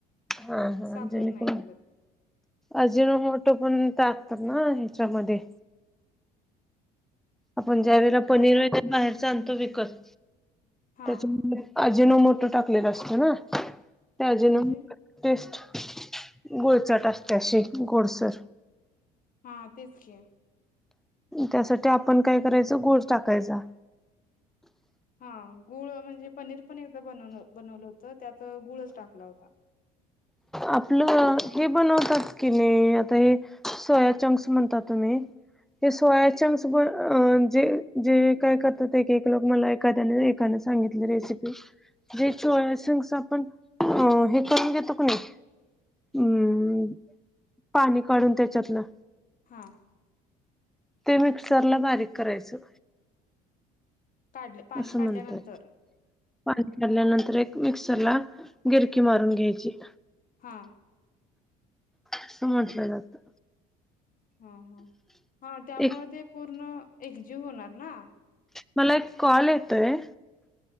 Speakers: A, in the centre; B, on the left (about 45°).
A: हा हा
B: साखर
A: जणेकरूण.
B: नाही घालत
A: अजिनो मोठं पण टाकतात ना ह्याच्यामध्ये. आपण ज्या वेळेला पनीर
B: काय टाक
A: व बाहेरच आणतो विकत
B: हा
A: त्याच्या मध्ये. अजिनो मोठं टाकलेलं असतं ना ते अजिनो.
B: म्हणजे
A: टेस्ट गोळचट असते अशी गोडसर.
B: हा तेच की.
A: त्यासाठी आपण काय करायचं गुळ टाकायचा.
B: हा गुळ म्हणजे पनीर पण एकदा बनव बनवलं होतं त्यात गुळच टाकला होता.
A: आपलं हे बनवतात की नाही आता हे सोया चंक्स म्हणता तुम्ही हे सोयाचंक्स जे जे काय करतात की एक लोक मला एखाद्याने एका सांगितली रेसिपी जे चोया संक्स आपण हे करून घेतो नाही अन् पाणी काढून त्याच्यातलं
B: हां
A: ते मिक्सरला बारीक करायचं
B: काढले पाणी
A: असं
B: काढल्यानंतर
A: म्हणतात पाणी काढल्यानंतर एक मिक्सर ला गिरकी मारून घ्यायची
B: हा
A: असं म्हटलं जातं
B: हा ह हा त्यामुळे
A: एक
B: ते पूर्ण एकजीव होणार ना
A: मला एक कॉल येतोय